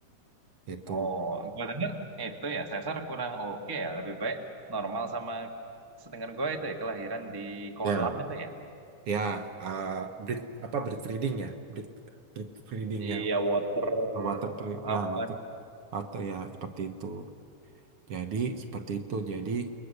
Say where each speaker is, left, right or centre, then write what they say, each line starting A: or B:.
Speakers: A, on the right (about 60°); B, on the right (about 15°).
A: itu.
B: Oh, gue denger itu ya sesar kurang oke ya, lebih baik normal sama sedengar gue itu ya kelahiran di kolam
A: Ya.
B: itu ya.
A: ya eh, breed apa breed breeding ya breed breed breeding
B: Iya,
A: yang
B: water
A: water breed-
B: apa?
A: ya water atau ya seperti itu jadi seperti itu
B: Hmm.
A: jadi